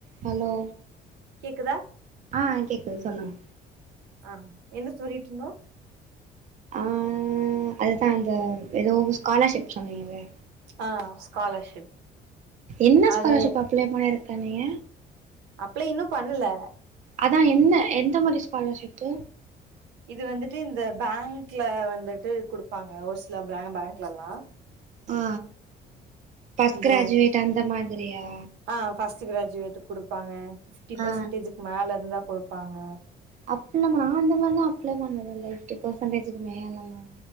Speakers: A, on the right (about 45°); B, on the right (about 85°).
A: ஹலோ
B: கேக்குதா
A: ஆ கேக்குது சொல்லுங்க
B: ஆ என்ன சொல்லிட்டு இருந்தோ
A: ஆ அதுதா அந்த எதோ ஸ்காலர்ஷிப் சொன்னீங்களே
B: ஆ ஸ்காலர்ஷிப்
A: என்ன
B: அத
A: ஸ்காலர்ஷிப் அப்ளே பண்ணிருக்கன்னீங்க
B: அப்ளே இன்னு பண்ல
A: அதா என்ன எந்த மாரி ஸ்காலர்ஷிப்பு
B: இது வந்துட்டு இந்த பேங்க்ல வந்துட்டு குடுப்பாங்க ஒரு சில பே பேங்க்லலா
A: ஆ பர்ஸ்ட்
B: இந்த
A: கிராஜுவேட் அந்த மாதிரியா
B: ஆ ஃபர்ஸ்ட் கிராஜுவேட்க்கு குடுப்பாங்க ஃபிப்டி பர்சன்டேஜுக்கு
A: ஆ
B: மேல இருந்தா குடுப்பாங்க
A: அப்ளமா நா அந்த மாரிலா அப்ளே பண்ணது இல்ல ஃபிப்டி பெர்சன்டேஜுக்கு மேலலா